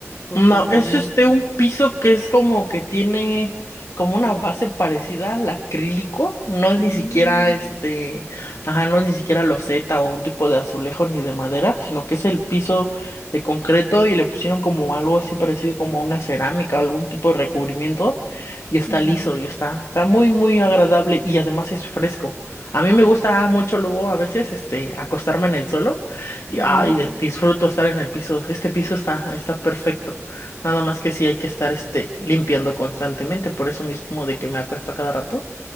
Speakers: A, on the left; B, on the left.
A: porcelana?
B: No, es este un piso que es como que tiene como una base parecida al acrílico. No es
A: Mm,
B: ni siquiera este, ajá, no es ni siquiera loseta o un tipo de azulejo ni de madera, sino que es el piso de concreto y le pusieron como algo así parecido como a una cerámica o algún tipo de recubrimiento y está
A: sí,
B: liso y está, está muy muy agradable y además es fresco. A mí me gusta mucho luego a veces este acostarme en el suelo y
A: sí,
B: ay, de- disfruto estar en el piso. Este piso está está perfecto. Nada más que sí hay que estar este, limpiando constantemente, por eso mismo de que me acuesto a cada rato,